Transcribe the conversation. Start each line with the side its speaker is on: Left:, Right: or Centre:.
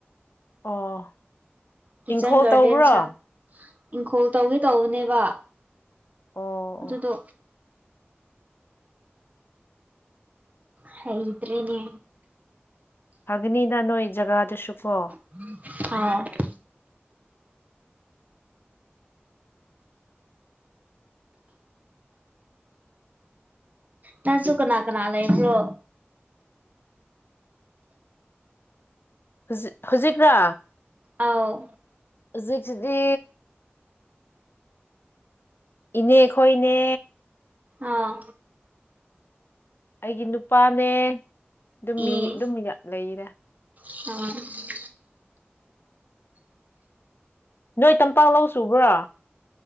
Left: ꯑꯣ
Right: ꯀꯤꯠꯆꯟ
Left: ꯏꯪꯈꯣꯜ
Right: ꯒꯥꯔꯗꯦꯟ
Left: ꯇꯧꯕ꯭ꯔꯣ
Right: ꯁꯥ ꯏꯪꯈꯣꯜ ꯇꯧꯒꯦ ꯇꯧꯕꯅꯦꯕ
Left: ꯑꯣ
Right: ꯑꯗꯨꯗꯣ ꯍꯩꯇ꯭ꯔꯦꯅꯦ
Left: ꯐꯒꯅꯤꯗ ꯅꯣꯏ ꯖꯒꯥꯗꯨꯁꯨꯀꯣ
Right: <unintelligible> ꯅꯪꯁꯨ ꯀꯅꯥ ꯀꯅꯥ ꯂꯩꯕ꯭ꯔꯣ
Left: ꯍꯨꯖꯤꯛ ꯍꯨꯖꯤꯛꯔ
Right: ꯑꯥꯎ
Left: ꯍꯨꯖꯤꯛꯁꯤꯗꯤ ꯏꯅꯦ ꯈꯣꯏꯅꯦ
Right: ꯑꯥ
Left: ꯑꯩꯒꯤ ꯅꯨꯄꯥꯅꯦ ꯗꯨꯝ ꯃꯤ
Right: ꯏꯁ
Left: ꯗꯨꯝ ꯃꯤ <unintelligible> ꯂꯩꯔꯦ
Right: <unintelligible>
Left: ꯅꯣꯏ ꯇꯝꯄꯥꯛ ꯂꯧ ꯁꯨꯕ꯭ꯔꯥ